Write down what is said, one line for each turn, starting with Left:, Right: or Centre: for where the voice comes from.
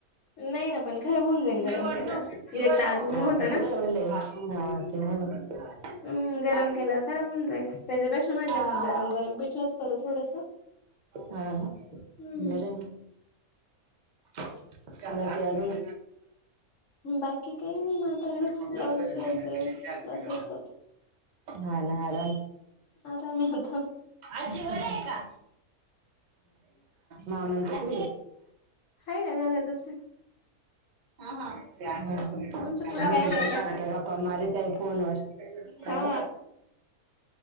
Left: नाही ना पण खर होऊन जाईल
Right: निवडणक
Left: गरम केल्यावर
Right: निवका
Left: एक तर आज ऊन होतं
Right: आता
Left: ना.
Right: कुठे एवडलय हा ते नाही बा
Left: हम्म गरम केल्यावर खराब होऊन जाईल त्याच्यापेक्षा म्हटलं
Right: अ
Left: मग गरम गरम पिठलंच करू थोडस
Right: हा
Left: हम्म
Right: बर ना बाकी अजून
Left: बाकी काही नाही मग आता हेच
Right: <inaudible>
Left: ब्लाउज शिवायचे. बसायचं
Right: हा ना आराम
Left: आरामे होता
Right: आजी आहे का मामंतु पु
Left: आहे ना घरातच
Right: <inaudible> तुम्ही
Left: तुमच्या पुरी
Right: असल
Left: करताय?
Right: काय सारख्या गप्प्या मारत आहे फोनवर.
Left: हा
Right: अ